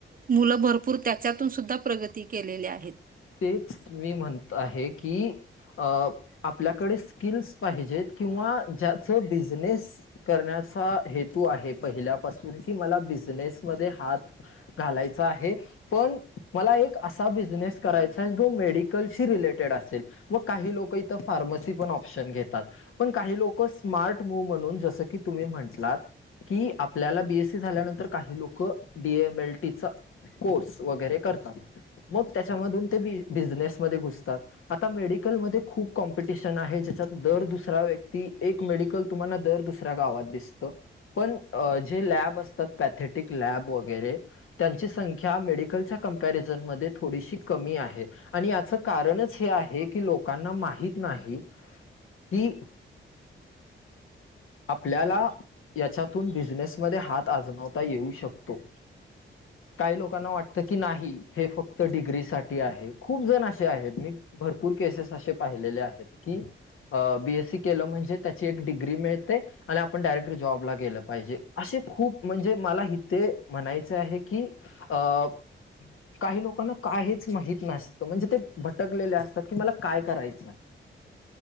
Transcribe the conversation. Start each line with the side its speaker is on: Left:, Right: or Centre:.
Right: मुलं भरपूर त्याच्यातून सुद्धा प्रगती केलेली आहेत.
Left: तेच मी म्हणत आहे की अ आपल्याकडे स्किल्स पाहिजेत किंवा ज्याच बिझनेस करण्याचा हेतू आहे पहिल्यापासून कि मला बिझनेस मध्ये हात घालायच आहे, पण मला एक असा बिझनेस करायचा आहे जो मेडिकलशी रिलेटेड असेल. मग काही लोक इथं फार्मसी पण ऑप्शन घेतात. पण काही लोक स्मार्ट मूव म्हणून, जसं की तुम्ही म्हंटलात की आपल्याला बीएससी झाल्यानंतर काही लोक डीएमएलटी चा कोर्स वगैरे करतात, मग त्याच्यामधून ते ब बिझनेसमध्ये घुसतात. आता मेडिकलमध्ये खूप कॉम्पिटिशन आहे, ज्याच्यात दर दुसरा व्यक्ती एक मेडिकल तुम्हाला दर दुसऱ्या गावात दिसतं. पण जे लॅब असतात पॅथेटिक लॅब वगैरे त्यांची संख्या मेडिकलच्या कंपॅरिझनमध्ये थोडीशी कमी आहे आणि याच कारणच हे आहे की, लोकांना माहित नाही. की आपल्याला याच्यातून बिझनेसमध्ये हात आजमवता येऊ शकतो. काही लोकांना वाटतं की नाही हे फक्त डिग्री ती आहे, खूप जण असे आहेत. मी भरपूर केसेस असे पाहिलेले आहेत की अ बी एस सी केलं म्हणजे त्याची एक डिग्री मिळते. आणि आपण डायरेक्ट जॉबला गेलं पाहिजे. असे खूप, म्हणजे मला इथे म्हणायचं आहे की अ काही लोकांना काहीच माहीत नसतो म्हणजे ते भटकलेले असतात, की मला काय करायचंय?